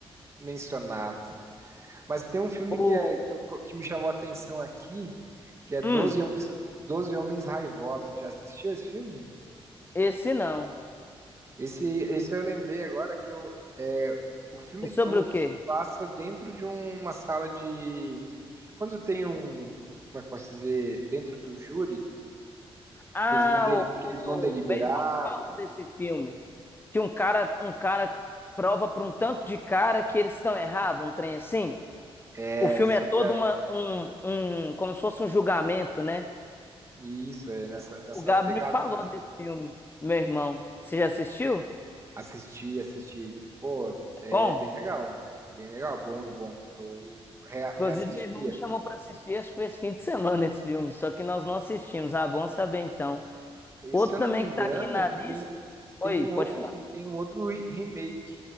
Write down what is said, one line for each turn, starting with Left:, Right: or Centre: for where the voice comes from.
Right: mencionado. Mas tem um filme
Left: O...
Right: que, é, que, eu- que me chamou a atenção aqui, que é doze
Left: Hum.
Right: Homens, doze Homens Raivosos. Já assistiu esse filme?
Left: Esse não.
Right: Esse, esse eu lembrei agora que eu, é, o filme
Left: É sobre
Right: todo
Left: o quê?
Right: se passa dentro de uma sala de. Quando tem um. Como é que eu posso dizer? Dentro do júri,
Left: Ah,
Right: que eles vão, de-
Left: o,
Right: que
Left: o
Right: eles vão deliberar
Left: meu irmão falou desse filme. Que um cara, um cara prova para um tanto de cara que eles estão errados, um trem assim.
Right: é,
Left: O filme
Right: sobre
Left: é todo
Right: a.
Left: uma, um, um, como se fosse um julgamento, né?
Right: Isso, é nessa, nessa
Left: O Gabi
Right: pegada
Left: me falou
Right: mesmo.
Left: desse filme, meu irmão. Você já assistiu?
Right: Assistir, assistir. Pô,
Left: É
Right: é
Left: Bom,
Right: bem legal. Bem legal, bom, bom. Eu rea-
Left: inclusive
Right: reassistiria.
Left: meu irmão me chamou para assistir, acho que foi esse fim de semana esse filme, só que nós não assistimos. Ah, bom saber então.
Right: E,
Left: Outro
Right: se eu
Left: também
Right: não me engano,
Left: que tá aqui na lista.
Right: tem,
Left: Oi,
Right: tem um
Left: pode
Right: outro,
Left: falar.
Right: um- tem um outro re- remake,